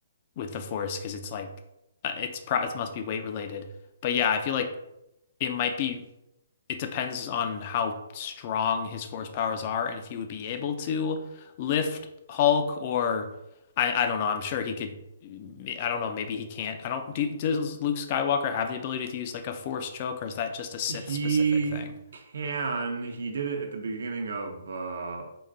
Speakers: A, on the left; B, on the right.
A: with the force because it's like, uh, it's pro it must be weight related. But yeah, I feel like it might be it depends on how strong his force powers are and if he would be able to lift Hulk or I I don't know. I'm sure he could. I don't know. Maybe he can't. I don't. Do, does Luke Skywalker have the ability to use like a force choke, or is that just a Sith
B: He
A: specific thing?
B: can. He did it at the beginning of uh